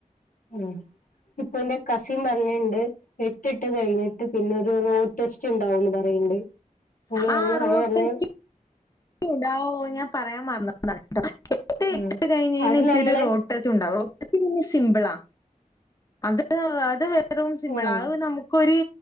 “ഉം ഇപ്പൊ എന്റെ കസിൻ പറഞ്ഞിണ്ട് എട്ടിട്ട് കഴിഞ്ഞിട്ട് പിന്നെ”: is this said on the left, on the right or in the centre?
Left